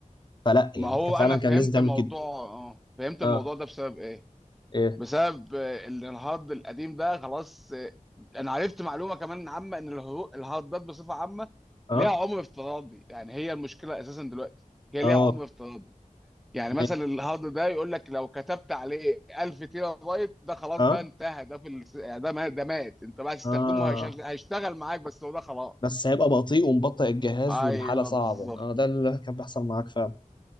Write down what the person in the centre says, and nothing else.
ما هو
انا
فهمت
موضوع
اه فهمت
الموضوع ده بسبب ايه
بسبب آه، ان الهارد القديم ده خلاص آه، انا عرفت معلومه كمان عامه ان الهرو- الهاردات بصفه عامه
ليها عمر افتراضي يعني هي المشكله اساسا دلوقتي هي
ليها عمر افتراضي يعني مثلا
الهارد ده يقول لك لو كتبت عليه 1000 تيرا بايت ده خلاص
ده انتهى ده في الس- يعني ده مات ده مات انت بقى تستخدمه
هيشغل- هيشتغل معاك بس هو ده خلاص
ايوه
بالظبط